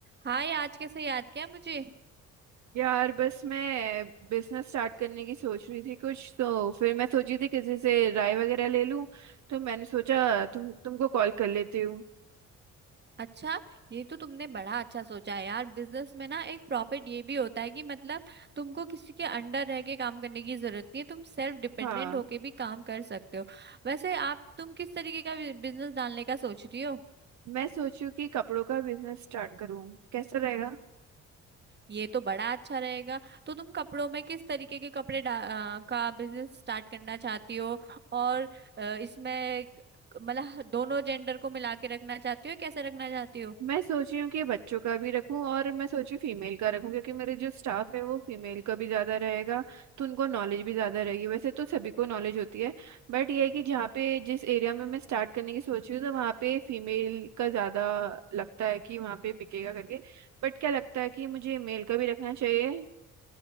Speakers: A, on the right; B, on the right.
A: हाय आज कैसे याद किया मुझे
B: यार बस मैं बिजनेस स्टार्ट करने की सोच रही थी कुछ तो फिर मैं सोची थी किसी से राय वगैरह ले लूं तो मैंने सोचा तुम तुमको कॉल कर लेती हूँ
A: अच्छा ये तो तुमने बड़ा अच्छा सोचा है यार बिजनेस में ना एक प्रॉफिट ये भी होता है कि मतलब तुमको किसी के अंडर रह के काम करने की जरूरत नहीं है तुम सेल्फ डिपेंडेंट
B: हाँ
A: होके भी काम कर सकते हो वैसे आप तुम किस तरीके का बिजनेस डालने का सोच रही हो
B: मैं सोचूं कि कपड़ों का बिजनेस स्टार्ट करूँ कैसा रहेगा
A: ये तो बड़ा अच्छा रहेगा तो तुम कपड़ों में किस तरीके के कपड़े डा, अ, का बिजनेस स्टार्ट करना चाहती हो और अ, इसमें मतलब दोनों जेंडर को मिला के रखना चाहती हो या कैसे रखना चाहती हो
B: मैं सोच रही हूँ कि बच्चों का भी रखूँ और मैं सोच रही हूँ फीमेल का रखूँ क्योंकि मेरे जो स्टाफ है वो फीमेल का भी ज़्यादा रहेगा तो उनको नॉलेज भी ज़्यादा रहेगी वैसे तो सभी को नॉलेज होती है बट ये है कि जहाँ पे जिस एरिया में मैं स्टार्ट करने की सोच रही हूँ तो वहाँ पे फीमेल का ज़्यादा लगता है कि वहाँ पे पिकेगा करके बट क्या लगता है कि मुझे मेल का भी रखना चाहिए